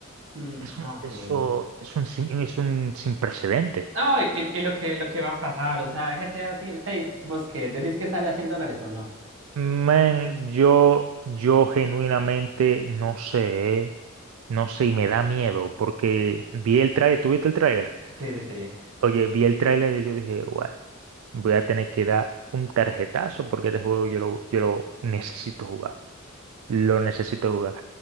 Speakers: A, on the right; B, on the right.
A: Mm,
B: eso,
A: ah,
B: eso
A: sí.
B: es un, sin- es un sin precedente.
A: No, y, y lo que, lo que va a pasar, o sea, GTA 6, vos qué decís que sale a cien dólares o no.
B: Man, yo, yo genuinamente no sé, eh. No sé, y me da miedo, porque vi el tráiler, ¿tú viste el tráiler?
A: Sí, sí, sí.
B: Oye, vi el tráiler y yo dije, bueno, voy a tener que dar un tarjetazo porque este juego yo lo, yo lo necesito jugar, lo necesito jugar.